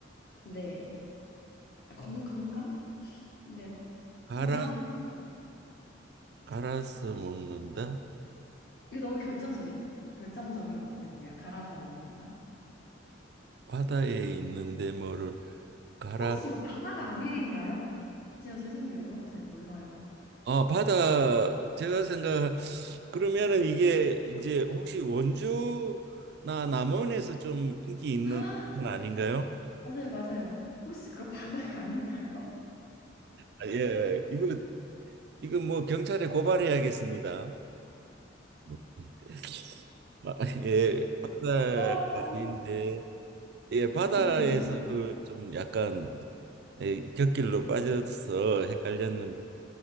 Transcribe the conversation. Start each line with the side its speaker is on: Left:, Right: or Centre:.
Left: 네. 아, 건, 건강? 네, 거-
Right: 갈아
Left: 건강한 거.
Right: 갈아서 먹는다.
Left: 이게 너무 결정적인, 결정적인 것 같은데요. 갈아서 먹는다.
Right: 바다에 있는데 뭐를 갈아
Left: 혹시 이거 바다가 아닌가요? 제가 죄송해요. 이런 걸 잘 몰라요.
Right: 아 바다 제가 생각 그러면은 이게 이제 혹시 원주나 남원에서 좀 인기 있는
Left: 아,
Right: 건 아닌가요?
Left: 맞아요, 맞아요. 혹시 그거 바다가 아닌가요?
Right: 아, 예 예. 이거 이거 뭐 경찰에 고발해야겠습니다. <laughs> 아, 예 바다가
Left: <laughs> 아, 너무,
Right: 아닌데 예, 바다에서
Left: 너무 잡는다.
Right: 그 좀 약간 예, 곁길로 빠져서 헷갈렸는데